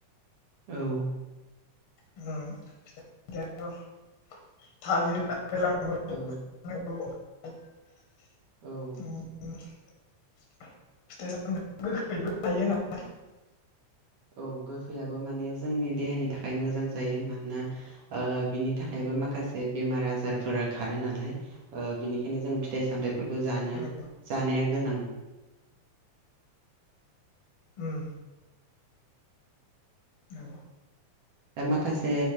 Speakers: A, on the right; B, on the left.
A: औ
B: उम <inaudible> थालिर, आपेल <inaudible>
A: औ
B: <inaudible> <inaudible>
A: औ
B: फिथाइ सामथाया गोखैबो थायो नालाय
A: औ गोखैयाबो माने जोंनि देहानि थाखाय मोजां जायो मानोना ओ बिनि थाखायबो माखासे बेमार आजारफोरा खारो नालाय ओ बिनिखायनो जों फिथाइ सामथाइ फोरखौ जानो
B: होनना
A: जानाया गोनां
B: उम नंगौ
A: माखासे